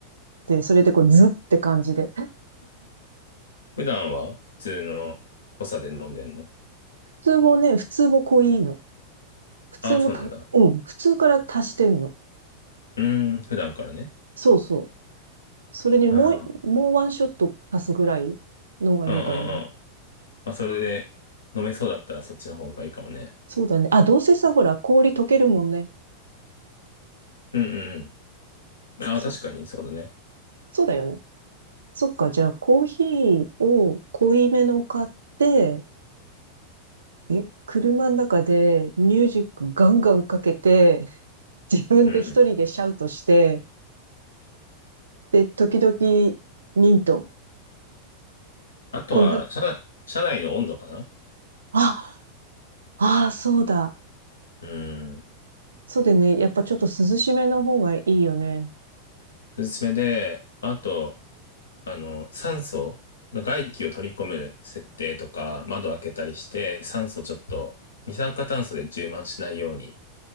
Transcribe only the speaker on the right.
で、それでこう、ズって感じで。
普通もね、普通も濃いの。普通もた、
うん、普通から足してんの。
そうそう。それにもうい、
もうワンショット足すぐらいの方がいいのかな。
そうだね。あ、どうせさ、ほら、氷溶けるもんね。
そ、
そうだよね。そっか、じゃあコーヒーを濃いめの買って、え、車の中でミュージックガンガンかけて、<laughs> 自分で一人でシャウトして、
で、時々ミント、
こんな、
あ、ああ、そうだ。
そうでね、やっぱちょっと涼しめの方がいいよね。